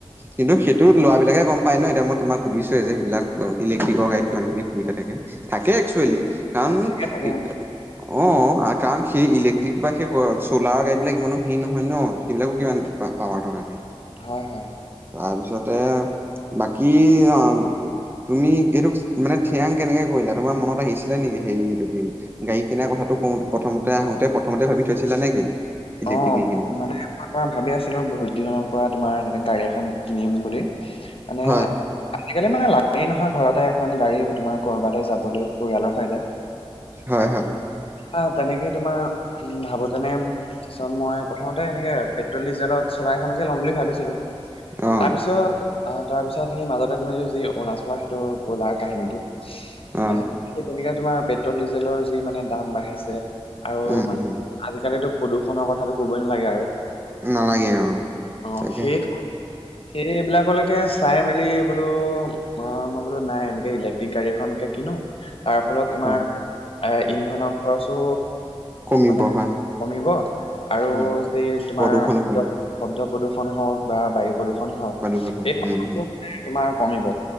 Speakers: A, on the right; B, on the left.
A: কিন্তুেইটো লৰাবিলাকে গম প ন এতিয়া মই তোক সুধিছোৱে যে সেইবিলাক ইলেক্ট্ৰিকেল গাৰীত কি সুবিধা থাকে-থাকে একচুৱেলি কাৰণ অ,
B: থাকে থাকে
A: আ, কাৰণ সেই ইলেক্ট্ৰিক বা সেই স চলাৰ গাড়ী বিলাক ইমানো হেৰি নহয় ন। সেইবিলাকো কিমান পা পাৱাৰ থকা গাৰি।
B: হয়-হয়।
A: তাৰপিছতে উ বাকী আ তুমি এইটোক মানে থিয়াং কেনেকে কৰিলা তোমাৰ মনত আহিছিলে নেকি হে এইটো কি? গাড়ী কিনাৰ কথাটো কওঁত প্ৰথমতে আহোতে, প্ৰথমতে ভাবি থৈছিলা নেকি? ইলেক্ট্ৰিক
B: অহ,
A: গাড়ী কিনিম
B: মানে অকমান ভাবি আছিলো বহুত দিনৰ পৰা তোমাৰ এনেকে গাড়ী এখন কিনিম বুলি। মানে
A: হয়
B: আজিকালি মানে লাগেই নহয় ঘৰতে এখন গাড়ী তোমাৰ ক'ৰবালে যাবলৈ পৰিয়ালৰ সৈতে।
A: হয়-হয়।
B: আহ, তেনেকে তোমাৰ উম, ভাবোতে মানে তাৰপিছত মই প্ৰথমতে এনেকে পেট্ৰল-ডিজেলত চলাইখনকে ল'ম বুলি ভাবিছিলো।
A: অ
B: তাৰপিছত আহ, তাৰপিছত সেই মাজতে তুমি যি অৰুণাচলৰ সেইটো গোলাৰ কাহিনীটো
A: অ
B: এ যেনেকে তোমাৰ পেট্ৰল-ডিজেলৰ যি মানে দাম বাঢ়িছে। আৰু
A: উম
B: মানে
A: উম
B: আজিকালিতো প্ৰদূষণৰ কথাটো কবই নালাগে আৰু।
A: নালাগে অ
B: অ,
A: তাকেহে
B: শেষ সেইবিলাকলৈকে চাই মেলি বোলো অ, মই বোলো নাই এনেকে ইলেক্ট্ৰিক গাড়ী এখনকে কিনো। তাৰ ফলত তোমাৰ
A: অ
B: এ ইন্ধনৰ খৰচো
A: কমিব
B: মানে
A: হয়
B: কমিব, আৰু
A: উম
B: যে তোমাৰ
A: প্ৰদূষণো
B: শব্দ-শব্দ
A: কমিব
B: প্ৰদূষণ হওক বা বায়ু প্ৰদূষণ
A: বায়ু প্ৰদূষণ
B: <unintelligible>
A: উম হুম
B: তোমাৰ কমিব